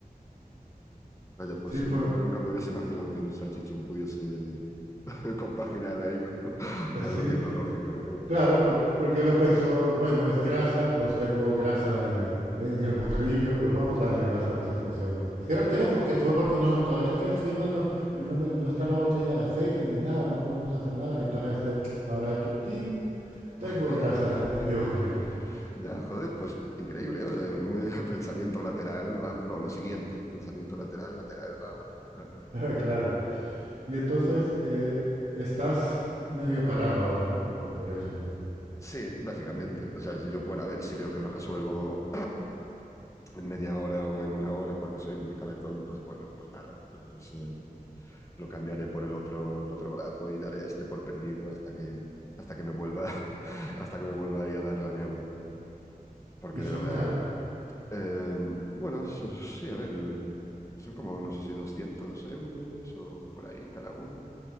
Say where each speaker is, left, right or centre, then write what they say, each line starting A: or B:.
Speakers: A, on the left; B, on the right.
A: Vaya, pues
B: Sí fue,
A: nu- nunca me hubiese imaginado que un salchichón pudiese <laughs> compaginar ahí con algo
B: sí,
A: tecnológico, ¿no?
B: Claro, por- porque él pensó, bueno, es grasa, pues tengo grasa en, en el bocadillo, pues vamos a darle grasa a ver si funciona. Creo, creo fu- que fue porque unos montadores que encima no, eh, no, me- no está la botella de aceite ni nada, no podemos hacer nada, entonces ese habrá hecho, ¡ting! Tengo
A: <laughs>
B: grasa en mi bocadillo. <laughs>
A: Ya, joder, pues increíble, ¿eh? Muy <laughs> pensamiento lateral, va- no, lo siguiente, pensamiento lateral, lateral, vamos. Ah,
B: Ah, Claro. Y entonces
A: joder.
B: eh, estás medio parado ahora, ¿no? Co- Por eso. eh.
A: Sí, básicamente. O sea, si yo, bueno, a ver, si veo que no resuelvo <clears throat> en media hora o en una hora porque soy muy cabezón, pues bueno, pues nada, pues eh, lo cambiaré por el otro, el otro brazo y daré este por perdido hasta que, hasta que me vuelva, <laughs> hasta que me vuelva ahí a dar la neura, porque
B: Y son
A: de verdad
B: caros.
A: Eh, bueno, so- sí, a ver, son como, no sé si 200 euros o por ahí cada uno.